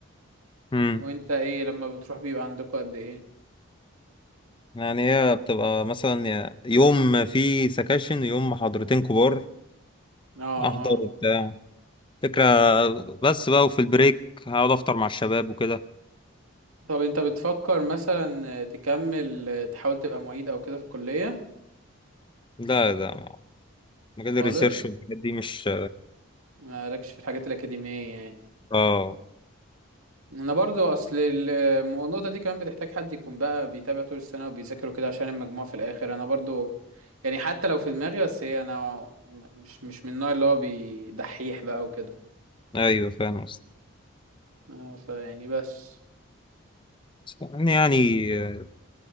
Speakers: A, on the left; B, on the right.
A: امم
B: وأنت إيه لما بتروح بيبقى عندكوا قد إيه؟
A: يعني هي بتبقى مثلا يا- يوم في سكاشن يوم محاضرتين كبار
B: آه
A: احضر
B: آه
A: وبتاع فكرة بس بقى وفي البريك هقعد افطر مع الشباب وكده
B: طب أنت بتفكر مثلا تكمل تحاول تبقى معيد أو كده في الكلية
A: لا لا مجال الريسيرش
B: خالص
A: والحاجات دي مش
B: مالكش في الحاجات الأكاديمية يعني
A: اه
B: انا برضو اصل ال- النقطه دي كمان بتحتاج حد يكون بقى بيتابع طول السنه وبيذاكر وكده عشان المجموع في الاخر انا برضو يعني حتى لو في دماغي بس هي انا مش مش من النوع اللي هو بيدحيح بقى وكده
A: ايوه فاهم قصدي
B: اه فيعني بس
A: بس يعني يعني آه،